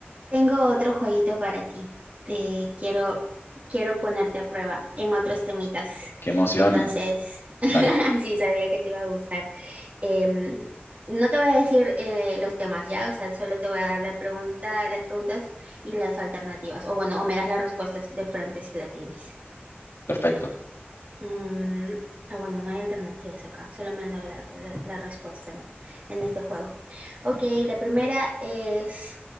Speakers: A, on the right; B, on the left.
A: Tengo otro jueguito para ti. Eh, quiero, quiero ponerte a prueba en otros temitas.
B: Qué emoción.
A: Entonces, <laughs>
B: Dale,
A: sí, sabía que te iba a gustar. Em, no te voy a decir eh, los temas, ¿ya? O sea, solo te voy a dar la pregunta, las preguntas y las alternativas. O bueno, o me das las respuestas de frente si la tienes.
B: perfecto.
A: Mm, ah, bueno, no hay alternativas acá, solo me han dado la, la- la respuesta en, en este juego. Ok, la primera es,